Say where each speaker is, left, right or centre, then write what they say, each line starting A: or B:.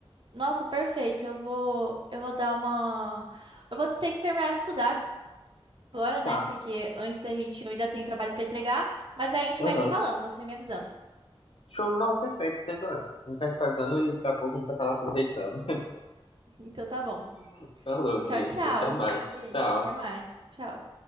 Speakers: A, on the right; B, on the left.
A: Nossa, perfeito. Eu vou, eu vou dar uma. Eu vou ter que terminar de estudar agora, né?
B: Tá,
A: Porque antes a gente eu ainda tenho trabalho pra entregar, mas a gente
B: aham.
A: vai se falando, você vai me avisando. <laughs>
B: Show, não, perfeito, sem problema. A gente vai se atualizando e daqui a pouco a gente vai estar lá aproveitando.
A: Então tá bom.
B: <laughs> Falou,
A: Tchau,
B: beijo,
A: tchau.
B: até mais,
A: Beijo,
B: tchau.
A: até mais. Tchau.